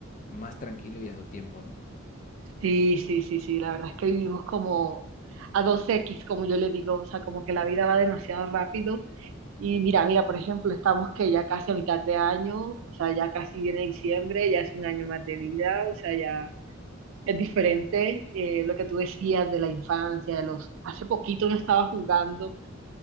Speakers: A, on the left (about 40°); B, on the right (about 70°).
A: más tranquilo y a su tiempo, ¿no?
B: Sí, sí, sí, sí, la verdad es que vivimos como a dos x como yo le digo, o sea, como que la vida va demasiado rápido. Y
A: Entiendo.
B: mira, mira, por ejemplo, estamos que ya casi a mitad de año, o sea, ya casi viene diciembre, ya es un año más de vida, o sea, ya es diferente eh, lo que tú decías de la infancia, de los... Hace poquito no estaba jugando